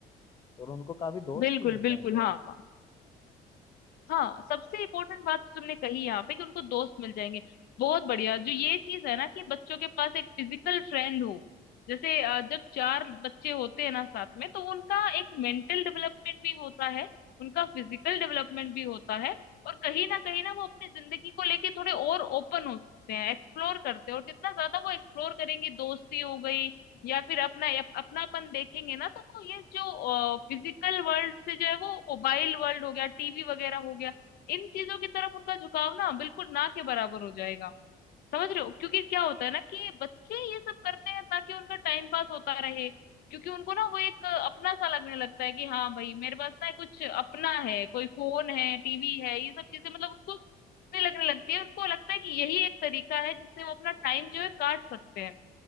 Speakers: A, on the left (about 25°); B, on the left (about 65°).
A: और उनको काफी दोस्त
B: बिल्कुल
A: भी मिल जाएंगे
B: बिल्कुल
A: वहाँ
B: हाँ हाँ सबसे इम्पोर्टेंट बात तो तुमने कही यहाँ पे कि उनको दोस्त मिल जाएंगे बहुत बढ़िया जो ये चीज है ना कि बच्चों के पास एक फिजिकल फ्रेंड हो जैसे अ, जब चार बच्चे होते हैं ना साथ में तो उनका एक मेंटल डेवलपमेंट भी होता है उनका फिजिकल डेवलपमेंट भी होता है और कहीं ना कहीं ना वो अपनी जिंदगी को लेके थोड़े और ओपन होते हैं एक्सप्लोर करते हैं और जितना ज्यादा वो एक्सप्लोर करेंगे दोस्ती हो गई या फिर अपना अप, अपनापन देखेंगे ना तो वो ये जो फिजिकल वर्ल्ड से जो है वो मोबाइल वर्ल्ड हो गया टीवी वगैरह हो गया इन चीजों की तरफ उनका झुकाव ना बिल्कुल ना के बराबर हो जाएगा समझ रहे हो क्योंकि क्या होता है ना कि बच्चे ये सब करते हैं ताकि उनका टाइम पास होता रहे क्योंकि उनको ना वो एक अपना सा लगने लगता है कि हाँ भाई मेरे पास ना कुछ अपना है कोई फोन है टीवी है ये सब चीजें मतलब उनको लगने लगती है उनको लगता है कि यही एक तरीका है जिससे वो अपना टाइम जो है काट सकते हैं